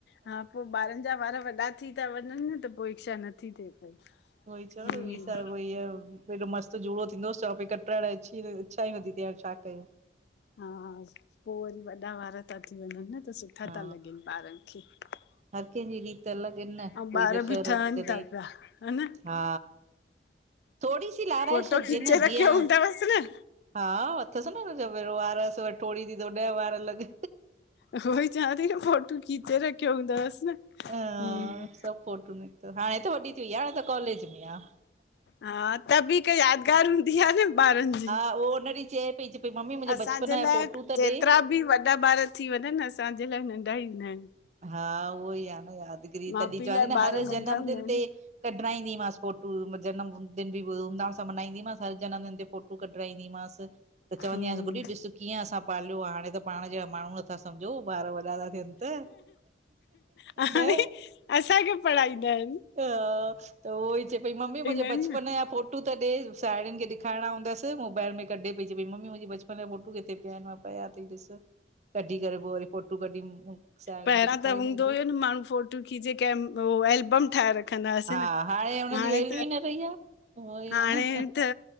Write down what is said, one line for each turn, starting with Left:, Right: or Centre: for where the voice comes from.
Left: हा पो ॿारनि जा वार वॾा थी था वञनि न त पो इच्छा नथी थे पई।
Right: उहई चओ
Left: हम्म
Right: न वी साल उई आ एॾो मस्तु जूड़ो थींदो च पई कटाइण अची इच्छा ई नथी थे हा छा कई।
Left: हा पो वरी वॾा वार था थी वञनि न त सुठा
Right: हा
Left: ता लॻनि ॿारनि <unintelligible>
Right: हर कंहिंजी रीति अलॻि इन न
Left: ऐं ॿार
Right: कोई दशहरो
Left: बि ठहनि
Right: करे,
Left: था पिया ह न
Right: हा। थोड़ी सी लाराए
Left: फोटो
Right: छॾजे
Left: खीचे
Right: न
Left: रखियो
Right: जीअं
Left: हूंदवसि न
Right: हा अथसि न हुनजो एरो वार असि व टोरी जी वरी ॾह वार अलॻ।
Left: उहो चयां ती न फोटू खिचे रखियो हूंदवस न, हूं।
Right: हा सभु फोटू निकिता, हाणे त वॾी थी वई आ हाणे त कॉलेज में आ।
Left: हा त बि हिकु यादिगार हूंदी आ न ॿारनि जी।
Right: आ हो उन ॾी चे पई। पई मम्मी मुंहिंजे
Left: असांजे
Right: बचपन जा
Left: लाइ
Right: फोटू त
Left: जेतिरा
Right: ॾे।
Left: बि वॾा ॿार थी वञनि असांजे लाइ नंढा ई हूंदा आहिन।
Right: हा उहो ई आ न यादगिरी
Left: माउ
Right: तॾहिं
Left: पीउ
Right: चवीं
Left: लाइ
Right: ती न
Left: ॿार
Right: हर
Left: नंढा
Right: जनमदिन
Left: हूंदा आहिनि।
Right: ते कढाईंदीमासि फोटू म जनमदिन बि धमधाम सां मलाईंदीसांस हर जनमदिन ते फो टू कट्राईंदीमास। त चवंदी
Left: हम्म
Right: हास गुॾी ॾिस कीअं असां पालियो आ हाणे त पाण जहिड़ा माण्हू नथा सम्झो ॿार वॾा था थियनि त
Left: हाणे,
Right: न
Left: असांखे पढ़ाईंदा आहिन।
Right: हा त उहो ई चए पी मम्मी मुंहिंजे
Left: आहिनि
Right: बचपन
Left: न।
Right: या फोटो टू त ॾे, साहिड़ुनि खे ॾेखारणा हूंदसि मोबाइल में कॾे पई चए पई मम्मी मुंजे बचपन जा फोटू किथे पिया आहिनि मां पया थी ॾिस। कढी करे पोइ वरी फोटू कढी साहेड़ियुनि
Left: पहिरां
Right: खे ॾेखारींदी
Left: त हूंदो
Right: हूंदी
Left: ई न माण्हू फो टूं खीचे के उ एल्बम ठाहे रखंदा हासे
Right: हा
Left: न
Right: हुनजी
Left: हाणे
Right: वैल्यू
Left: त
Right: ई न रही आ उहो ई
Left: हाणे
Right: आ न
Left: त